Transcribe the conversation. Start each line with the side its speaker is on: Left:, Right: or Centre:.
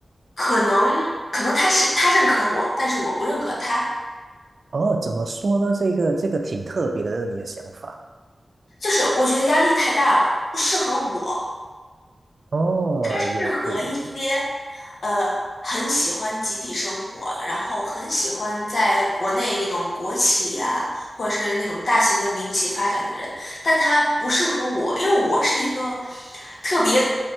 Left: 可能可能他是他认可我，但是我不认可他，
Right: 哦，怎么说呢？这个这个挺特别的，你的想法。
Left: 就是我觉得压力太大了，不适合我。
Right: 哦，
Left: 适合一些
Right: 也对，也对，
Left: 呃很喜欢集体生活，然后很喜欢在国内那种国企呀、或者是那种大型的民企发展的人，但他不适合我，因为我是一个特别